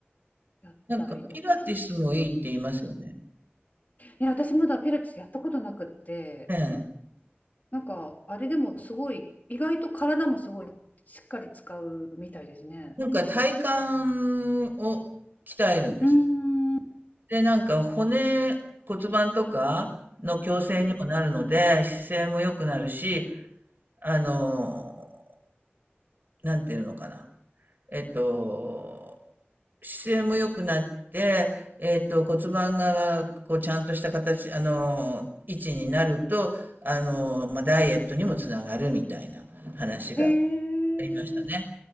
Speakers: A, on the left (about 45°); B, on the right (about 55°).
A: やったりとか。
B: なんか、ピラティスもいいって言いますよね。
A: いや、私まだピラティスやったことなくって、
B: ええ
A: なんかあれでもすごい、意外と体もすごいしっかり使うみたいですね。
B: なんか体幹を鍛えるんです。
A: うーん。
B: で、なんか骨、骨盤とかの矯正にもなるので、姿勢も良くなるし、あの、なんていうのかな。えっと、姿勢も良くなって、えっと、骨盤が、こう、ちゃんとした形、あの、位置になると、あの、まあ、ダイエットにもつながるみたいな話が
A: えー、
B: ありましたね。